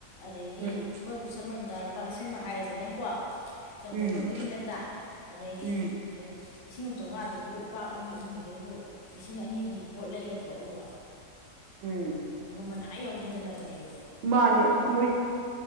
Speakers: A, on the left (about 75°); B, on the right (about 80°).
A: ꯑꯗꯩꯗꯤ
B: ꯎꯝ
A: ꯃꯣꯏ ꯈꯨꯠꯁꯃꯟꯗ ꯂꯨꯄꯥ ꯂꯤꯁꯤꯡ ꯑꯃ ꯍꯥꯏꯔꯁꯤꯅꯦꯀꯣ ꯆꯟꯕ
B: ꯎꯝ
A: ꯈꯣꯠꯄꯒꯤ ꯅꯠꯇ꯭ꯔꯥ ꯑꯗꯩꯗꯤ
B: ꯎꯝ
A: ꯂꯤꯁꯤꯡ ꯑꯃ ꯆꯥꯝꯃꯉꯥꯗꯨ ꯕꯨ ꯎꯄꯥꯛ ꯑꯅꯤ ꯑꯍꯨꯝꯗꯨꯗꯕꯨ ꯂꯤꯁꯤꯡ ꯑꯅꯤꯒꯤ ꯄꯣꯠ ꯂꯩꯒꯗ꯭ꯔꯣ ꯎ ꯋꯥ
B: ꯎꯝ
A: ꯃꯃꯜ ꯑꯥ ꯌꯥꯎ ꯍꯟꯖꯜꯂꯕꯅꯦꯕ
B: ꯃꯥꯅꯦ ꯃꯣꯏ